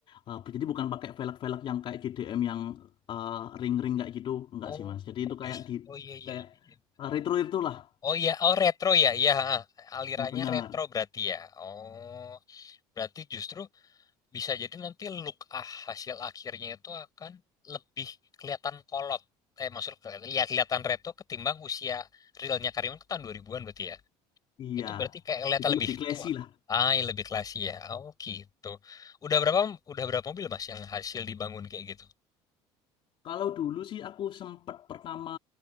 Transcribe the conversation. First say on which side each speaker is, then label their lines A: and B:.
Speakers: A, on the left; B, on the left.
A: Eh, jadi bukan pakai velg-velg yang kayak JDM yang eh, ring-ring kayak gitu, enggak
B: Oh,
A: sih, Mas. Jadi
B: oh,
A: itu kayak
B: justru.
A: di
B: Oh iya iya
A: kayak
B: iya. iya.
A: eh, retro itu lah.
B: Oh iya, oh retro ya, iya. ha, ha. Alirannya
A: Nah, benar.
B: retro berarti ya. Oh, berarti justru bisa jadi nanti look ah hasil akhirnya itu akan lebih kelihatan kolot. Eh maksud kelihatan, ya kelihatan retro ketimbang usia realnya Karimun ke tahun 2000-an berarti ya.
A: Iya.
B: Itu berarti kayak kelihatan
A: Jadi
B: lebih
A: lebih classy
B: tua.
A: lah.
B: Ah, iya, lebih klasi ya. Oh gitu. Udah berapa udah berapa mobil Mas yang hasil dibangun kayak gitu?
A: Kalau dulu sih aku sempet pertama